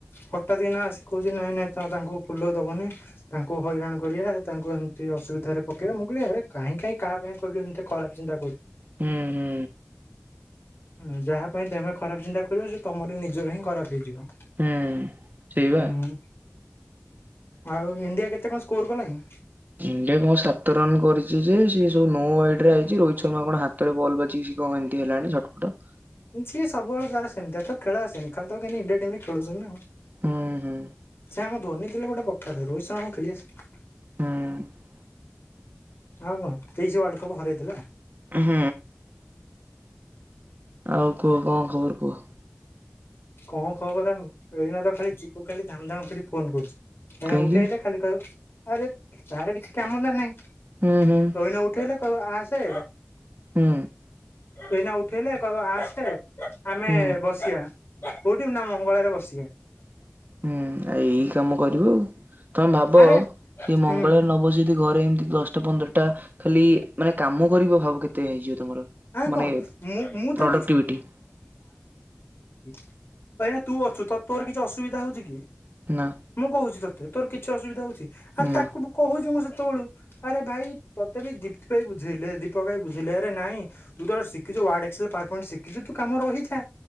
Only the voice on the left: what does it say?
ହଠାାତ ଦିନ ଆସି କହୁଛି ନାଇଁ ନାଇଁ ତ ତାଙ୍କୁ ଫୁଲ ଦବନି ତାଙ୍କୁ ହଇରାଣ କରିବା ତାଙ୍କୁ ଏମିତି ଅସୁବିଧାରେ ପକେଇବା ମୁଁ କହିଲି ଆରେ କାଁ କାହିଁ କାହା ପାଇଁ କହିଲୁ ଏମିତି ଖରାପ ଚିନ୍ତା କରୁଛୁ,
ଁ ଯାହା ପାଇଁ ତମେ ଖରାପ ଚିନ୍ତା କରିବ ସେ ତମର ନିଜର ହିଁ, ଖରାପ ହେଇଯିବ
ହୁଁ ଆଉ ଇଣ୍ଡିଆ କେତେ କଣ ସ୍କୋର କଲାଣି
ଁିଏ ସବୁବେଳେ ତାର ସେମିତି ତ ଖେଳ ଆସନି ଖାଲି ତ କେ ଇଣ୍ଡିଆଟିମ ରେ ଖେଳୁନି ଆଉ
ସେ ଆମର ଧର୍ନୀତି ଗୋଟେକାର ରୋହିତ ଶର୍ମା କ ଖେଳି ଆସ
ଆଉ କଣ ତେଇଶି କପ ହରାଇଦଲା
କଣ ଖବର ଏନା ତ ଖାଲି ଚକୁ ଖାଲି ଧାମ ଧାାମ କରି ଫୋନ କରୁଛି, ହେ
ଉଠେଇଲେ ଖାଲି କ ଆରେ ତାର କିଛି କାମତା ନାହିଁ,
ରହନା ଉଠେଇଲେ କ ଆସେ
ଏଇନା ଉଠେଇଲେ କହିବ ଆସେ ଆମେ
ବସଆ କୋଉଠି ବି ନା ମଙ୍ଗଳରେ ବସିକି
ଆରେ
ହୁଁ
ଆଉ
କଣ ମୁଁ ମୁଁ
ତାକୁ ତାଇଁନା ତୁ ଅଛୁ ତ ତୋର କିଛି ଅସୁବିଧା ହଉଛି କି
ମୁଁ କହୁଛି ତତେ ତୋ କି ଅସୁବିଧା ହଉଛି, ଆଉ
ତାକୁ କହୁଛି ମୁଁ ବେୁ ଆରେ ଭାଇ ତତେ ବି ଦୀପ୍ତି ଭ ବୁଝ ଦୀପକ ଭାଇ ବୁଝିଲେ ଆରେ ନାଇଁ ତୁ ତ ଶିଖିଛୁ ାର୍ ଶିଖିଛୁ ତୁ କାମ ରହିଛା